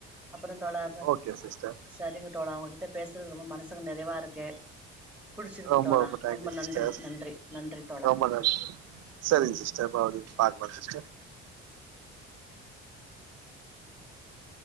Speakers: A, in the centre; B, on the right.
A: அப்புறந் தோழா
B: ஓகே சிஸ்டர்
A: செரிங்க தோழா உங்ககிட்ட பேசுறது ரொம்ப மனசுக்கு நெறைவா இருக்கு புடுச்சுருக்கு
B: ரொம்ப
A: தோழா
B: தேங்க்யூ
A: ரொம்ப நன்றி
B: சிஸ்டர்
A: நன்றி நன்றி தோழா
B: ரொம்ப நன் சேரிங் சிஸ்டர் போ டி பாக்கும் போது சிஸ்டர்